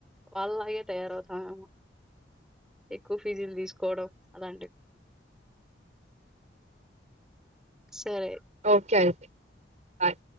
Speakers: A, in the centre; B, on the right.
A: వాళ్ళలాగే తయారవుతామేమో ఎక్కువ ఫీజులు తీసుకోవడం అలాంటివి సరే
B: ఓకే అయితె బాయ్